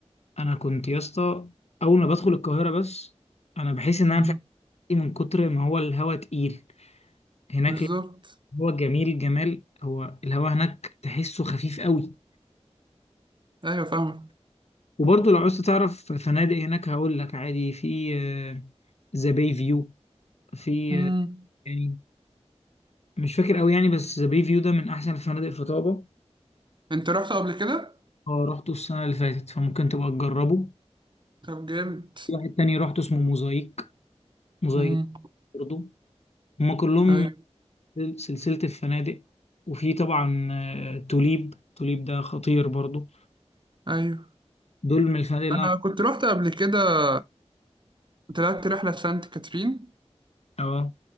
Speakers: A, on the left; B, on the right.
A: انا كنت يا اسطى اول ما بدخل القاهرة بس انا بحس ان
B: مم.
A: انا مش عارف ايه من كتر ما هو الهوا تقيل هناك
B: بالظبط
A: لا، هو جميل جمال هو الهوا هناك تحسه خفيف قوي
B: أيوه فاهمك
A: وبرضه لو عوزت تعرف فنادق هناك هقول لك عادي في ذا باي فيو في
B: مم.
A: آه، يعني مش فاكر قوي يعني بس ذا باي فيو ده من احسن الفنادق في طابة
B: أنت رحت قبل كده؟
A: اه رحته السنة اللي فاتت فممكن تبقى تجربه
B: طب جامد
A: في واحد تاني رحته اسمه موزايك موزايك
B: مم.
A: برضه هما كلهم
B: أيوه
A: سلسلة الفنادق وفي طبعا آه، توليب توليب ده خطير برضه
B: أيوه
A: دول من الفنادق اللي
B: أنا
A: انا
B: كنت رحت قبل كده طلعت رحلة سانت كاترين
A: اه